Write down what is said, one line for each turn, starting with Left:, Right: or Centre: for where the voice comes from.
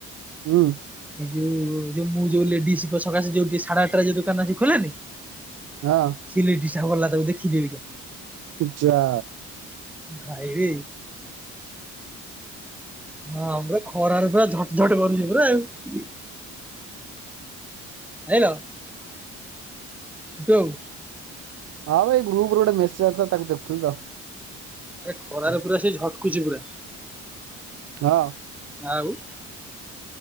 Right: ହୁଁ।
Centre: ଏଇ ଯଉ ଯଉ ମୁଁ ଯୋଉ ଲେଡିସ ସକାଶେ ଯୋଉେ ସାଢେ ଆଠଟା ଯୋଉ ଦୋକାନ ଖୋଲୀଲାନି।
Right: ହଁ
Centre: ସିଏ ଲେଡୀସ ଟା ଗଲା ତାକୁ ଦେଖିକରି।
Right: ଯା
Centre: ଭାଇ ରେ। ହଁ ପୁରା ଖରାରେ ପୁରା ଝଟ ଝଟ କରୁଛି ପୁର ଆଉ। ଜାଣିଲ ହେଇଠୁ ଆଉ।
Right: ହଁ ଭାଇ ଗ୍ରୁପ ରେ ଗୋଟେ ମେସେଜ ଆସିଥିଲା ତାକୁ ଦେଖୁଥିଲି ତ।
Centre: ଆରେ ଖରାରେ ପୁରା ସେ ଝଟକୁଛି ପୁରା
Right: ହଁ।
Centre: ଆଉ।